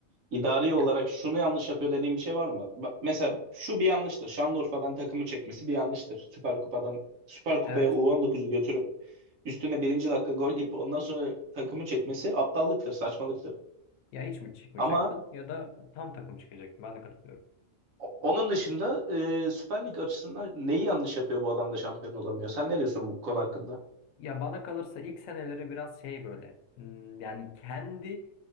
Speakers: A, on the right; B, on the left.
A: İdari olarak
B: ya
A: şunu yanlış yapıyor dediğim bir şey var mı? Ba- Mesela şu bir yanlıştır. Şanlıurfa'dan takımı çekmesi bir yanlıştır. Süper Kupa'dan Süper Kupa'ya
B: evet
A: U19'u götürüp üstüne birinci dakika gol yiyip ondan sonra takımı çekmesi aptallıktır, saçmalıktır.
B: ya hiç mi çıkmayacaktın
A: Ama
B: ya da tam takım çıkacaktın ben de katılıyorum.
A: o- onun dışında e, Süper Lig açısından neyi yanlış yapıyor bu adam da şampiyon olamıyor? Sen ne diyorsun bu konu hakkında?
B: Ya bana kalırsa ilk seneleri biraz şey böyle hmm, yani kendi